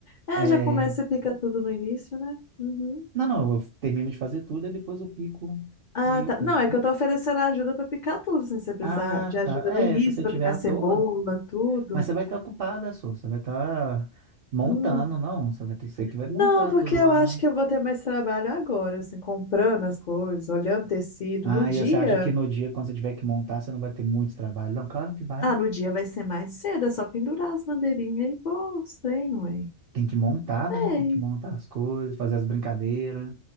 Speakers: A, on the left; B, on the right.
A: É,
B: É...
A: já começa e pica tudo no início, né? Uhum.
B: Não, não, eu termino de fazer tudo e depois eu pico.
A: Ah,
B: Aí eu
A: tá.
B: pico,
A: Não, é
B: sabe?
A: que eu tô oferecendo ajuda pra picar tudo, sem você precisar
B: Ah,
A: de ajuda
B: tá.
A: no
B: É,
A: início,
B: se você
A: pra
B: tiver
A: picar
B: à
A: cebola,
B: toa,
A: tudo.
B: mas você vai estar ocupada, só. Você vai estar montando,
A: Hum.
B: não. Você vai ter você que vai montar
A: Não, porque
B: tudo
A: eu
B: lá.
A: acho que eu vou ter mais trabalho agora, assim, comprando as coisas, olhando tecido.
B: Ah,
A: No dia.
B: e você acha que no dia, quando você tiver que montar, você não vai ter muito trabalho? Não, claro que vai.
A: Ah, no dia vai ser mais cedo, é só pendurar as bandeirinhas e pô, os trem, ué.
B: Tem que montar, né?
A: Sei.
B: Tem que montar as coisas, fazer as brincadeiras.